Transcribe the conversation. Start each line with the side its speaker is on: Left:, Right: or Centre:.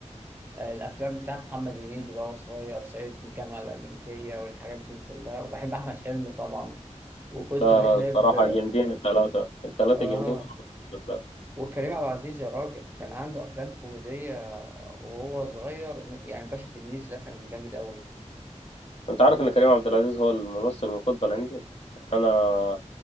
Right: آه، الافلام بتاعت محمد هنيدي اللي هو صغير صعيدي في الجامعه الامريكيه والحاجات دي كلها وبحب احمد حلمي طبعا وكنت
Left: لا
Right: بحب
Left: لا بصراحة جامدين التلاتة التلاتة
Right: اه
Left: جامدين خالص في الأفلام
Right: وكريم عبد العزيز يا راجل كان عنده افلام كوميديه وهو صغير يعني باشا تلميذ ده كان جامد قوي
Left: أنت عارف إن كريم عبد العزيز هو الممثل المفضل عندي يعني أنا